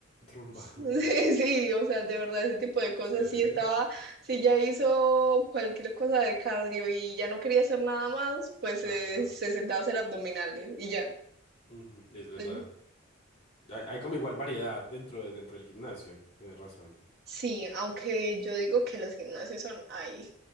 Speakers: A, on the left; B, on the right.
A: rumba,
B: Sí,
A: <laughs> ok,
B: sí, o sea, de verdad, ese tipo de cosas,
A: chévere,
B: sí estaba, si ya hizo cualquier cosa de cardio y ya no quería hacer nada más, pues
A: ajá,
B: eh, se sentaba a hacer abdominales y ya.
A: ujú, es verdad.
B: Pues,
A: Hay, hay como igual variedad dentro de, dentro del gimnasio, tienes razón.
B: Sí, aunque yo digo que los gimnasios son, ay,